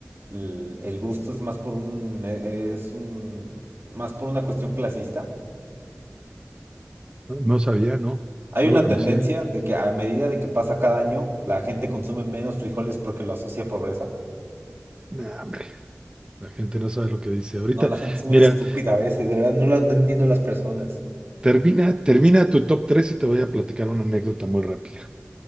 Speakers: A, on the right (about 60°); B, on the right (about 20°).
A: l- el gusto, es más por un, eh, es un, más por una cuestión clasista.
B: no no sabía, no,
A: Hay
B: no
A: una
B: lo conocía.
A: tendencia de que a medida de que pasa cada año, la gente consume menos frijoles porque lo asocia a pobreza.
B: Nah, hombre, la gente no sabe lo que dice. Ahorita,
A: No, la gente es muy
B: mira,
A: estúpida a veces, de verdad no, la- no entiendo las personas.
B: Termina, termina tu top 3 y te voy a platicar una anécdota muy rápida.